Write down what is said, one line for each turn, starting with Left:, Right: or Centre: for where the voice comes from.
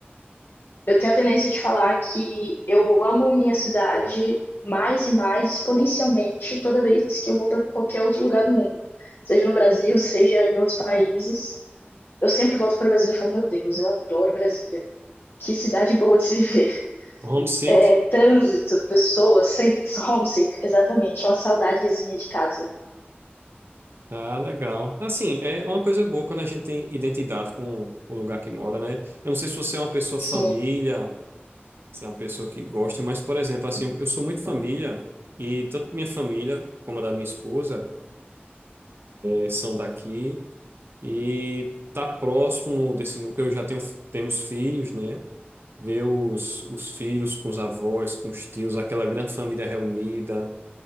Left: eu tenho a tendência de falar que eu amo minha cidade mais e mais exponencialmente toda vez que eu vou para qualquer outro lugar do mundo, seja no Brasil, seja em outros países. Eu sempre volto para o Brasil e falo: Meu Deus, eu adoro Brasília. Que cidade boa de se viver. <laughs>
Right: Homesick.
Left: É, trânsito, pessoas, sem- <laughs> homesick, exatamente. É uma saudadezinha de casa.
Right: Ah, legal. Assim, é uma coisa boa quando a gente tem identidade com o lugar que mora, né? Eu não sei se você é uma pessoa
Left: Sim.
Right: família, Você é uma pessoa que gosta, mas, por exemplo, assim, eu eu sou muito família, e tanto minha família como a da minha esposa eh, são daqui, e tá próximo desse núcleo, eu já tenho, temos filhos, né? Ver os, os filhos com os avós, com os tios, aquela grande família reunida,